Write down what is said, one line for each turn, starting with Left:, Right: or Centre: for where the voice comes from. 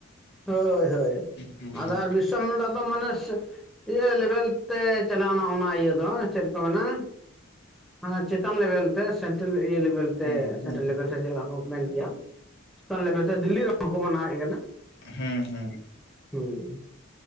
Centre: ᱦᱳᱭ ᱦᱳᱭ
Left: ᱦᱩᱸ
Centre: ᱟᱵᱟᱨ ᱵᱤᱨᱥᱟ ᱢᱩᱱᱰᱟ ᱫᱚ ᱢᱟᱱᱮ <unintelligible> ᱤᱭᱟᱹ ᱞᱮᱵᱮᱞ ᱛᱮ ᱪᱟᱞᱟᱣᱱᱟ ᱚᱱᱟ ᱤᱭᱟᱹ ᱫᱚ ᱪᱮᱫ <unintelligible> ᱪᱮᱛᱟᱱ ᱞᱮᱵᱮᱞ ᱛᱮ ᱥᱮᱴᱮ ᱞᱮᱵᱮᱞ ᱛᱮ
Left: ᱦᱩᱸ ᱦᱩᱸ
Centre: ᱥᱮᱴᱮ ᱞᱮᱵᱮᱞ <unintelligible> ᱫᱤᱞᱞᱤ ᱨᱮᱦᱚᱸ ᱠᱚ ᱢᱟᱱᱟᱣᱮᱫ ᱠᱟᱱᱟ
Left: ᱦᱮᱸ ᱦᱮᱸ
Centre: ᱦᱩᱸ